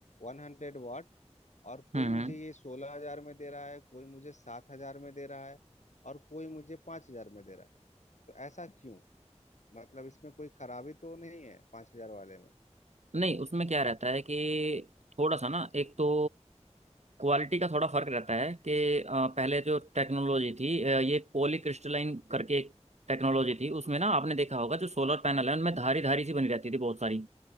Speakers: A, on the left (about 80°); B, on the right (about 70°).
A: वन हंड्रेड वाट और कोई
B: हम्म
A: मुझे ये सोलह हजार में दे रहा है कोई मुझे सात हजार में दे रहा है और कोई मुझे पांच हजार में दे रहा है तो ऐसा क्यों मतलब इसमें कोई खराबी तो नहीं है पांच हजार वाले में
B: नहीं उसमें क्या रहता है कि थोड़ा सा ना एक तो क्वालिटी का थोड़ा फर्क रहता है कि अ, पहले जो टेक्नोलॉजी थी अ, ये पॉली क्रिस्टलाइन करके एक टेक्नोलॉजी थी उसमें ना आपने देखा होगा जो सोलर पैनल है उनमें धारी धारी सी बनी रहती थी बहुत सारी